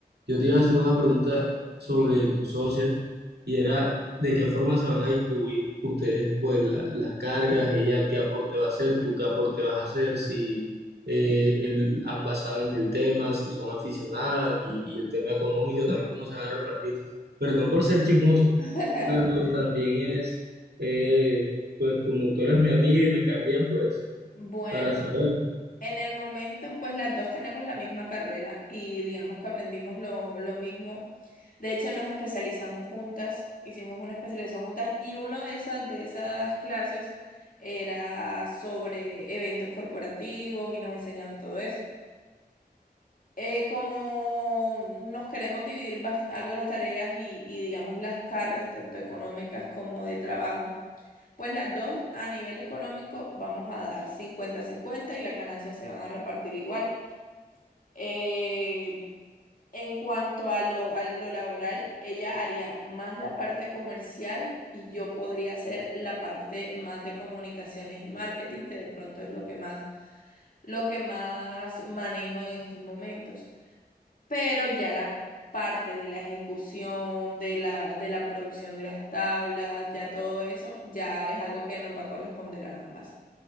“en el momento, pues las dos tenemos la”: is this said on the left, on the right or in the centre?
Left